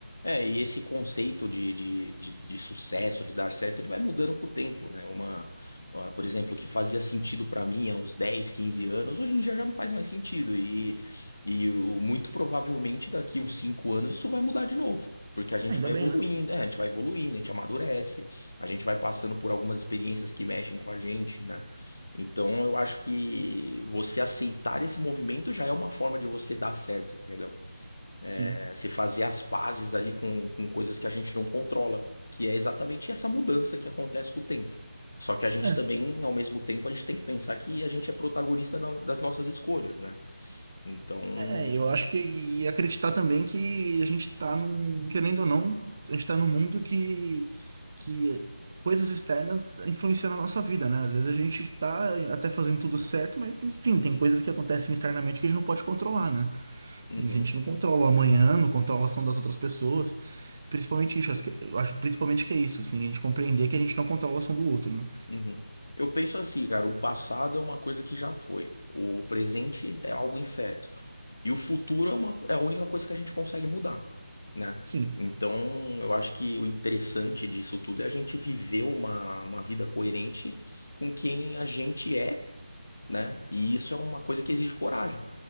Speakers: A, on the left; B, on the right.
A: É, e esse conceito de, de, de, de sucesso, de dar certo, ele vai mudando com o tempo, né? Uma, ah, por exemplo, o que fazia sentido pra mim há uns 10, 15 anos, hoje em dia já não faz mais sentido. E, e o- muito provavelmente daqui uns 5 anos isso vai mudar de novo. Porque a gente
B: Ainda
A: vai evoluindo,
B: bem, né?
A: é, a gente vai evoluindo, a gente amadurece, a gente vai passando por algumas experiências que mexem com a gente, né? Então eu acho que você aceitar esse movimento já é uma forma de você dar certo, entendeu?
B: Sim.
A: É, se fazer as pazes ali com, com coisas que a gente não controla, que é exatamente essa mudança que acontece com o tempo. Só que a gente
B: É.
A: também, ao mesmo tempo, a gente tem que pensar que a gente é protagonista da- das nossas escolhas, né? Então,
B: É, eu acho que e acreditar também que a gente tá num, querendo ou não, a gente tá num mundo que, que coisas externas influenciam na nossa vida, né? Às vezes a gente tá até fazendo tudo certo, mas enfim, tem coisas que acontecem externamente que a gente não pode controlar, né?
A: uhum,
B: A gente não controla o amanhã, não controla a ação das outras pessoas. Principalmente isso, acho que, eu acho principalmente que é isso, assim, a gente compreender que a gente não controla a ação do outro, né?
A: uhum. Eu penso assim, cara, o passado é uma coisa que já foi, o presente é algo incerto. E o futuro é uma, é a única coisa que a gente consegue mudar, né?
B: Sim.
A: Então, eu acho que o interessante disso tudo é a gente viver uma, uma vida coerente com quem a gente é, né? E isso é uma coisa que exige coragem